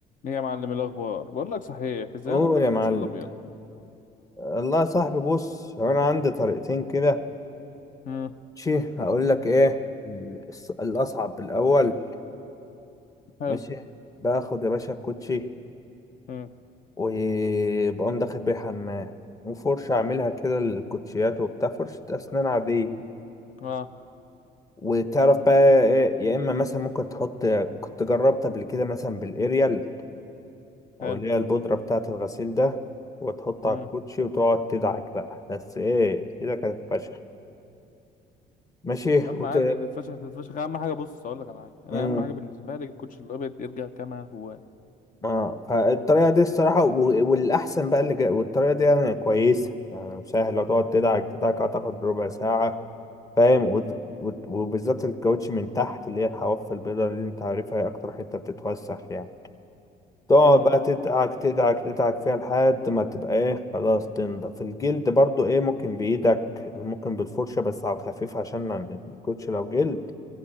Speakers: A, on the left; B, on the left.
A: ايه يا معلم الاخبار بقول لك صحيح ازاي
B: قول
A: انضف
B: يا
A: الكوتش
B: معلم
A: الابيض
B: الله يا صاحبي بص هو انا عندي طريقتين كده
A: امم
B: ماشي هقول لك ايه ال- الص- الاصعب الاول
A: حلو
B: ماشي باخد يا باشا الكوتشي
A: امم
B: وبقوم داخل بيه حمام وفرشة اعملها كده للكوتشيات وبتاع فرشة اسنان عادية
A: اه
B: وتعرف بقى ايه يا اما مثلا ممكن تحط كنت جربت قبل كده مثلا بالاريال او
A: حلو
B: اللي هي البودرة بتاعة الغسيل ده وتحط
A: امم
B: على الكوتشي وتقعد تدعك بقى بس ايه كده كانت فشخ ماشي
A: يا عم
B: وت...
A: عادي تتفشخ تتفشخ اهم حاجه بص اقول لك على حاجه انا
B: امم
A: اهم حاجه بالنسبه لي الكوتش الابيض يرجع كما هو
B: اه فالطريقه دي الصراحه و- والاحسن بقى اللي جا... والطريقه دي يعني كويسه يعني سهله تقعد تدعك تدعك هتاخد ربع ساعه فاهم وت... وت... وبالذات الكاوتش من تحت اللي هي الحواف البيضاء دي انت عارفها هي اكتر حته بتتوسخ يعني تقعد
A: امم
B: بقى تدعك تدعك تدعك فيها لحد ما تبقى ايه خلاص تنضف الجلد برضو ايه ممكن بايدك ممكن بالفرشه بس على الخفيف عشان الكوتش لو جلد